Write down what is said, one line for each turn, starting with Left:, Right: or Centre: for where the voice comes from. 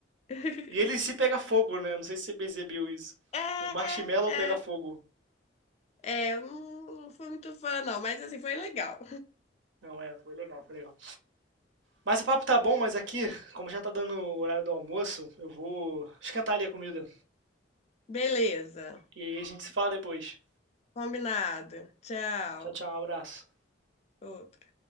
Left: <laughs>
Right: E ele em si pega fogo, né? Não sei se você percebeu isso.
Left: É,
Right: O marshmallow
Left: é,
Right: pega fogo.
Left: é, eu não não fui muito fã, não, mas assim, foi legal.
Right: Não, é, foi legal, foi legal. Mas o papo tá bom, mas aqui, como já tá dando o horário do almoço, eu vou esquentar ali a comida.
Left: Beleza,
Right: E aí a gente se fala depois.
Left: combinado. Tchau.
Right: Tchau, tchau, um abraço.
Left: Outro.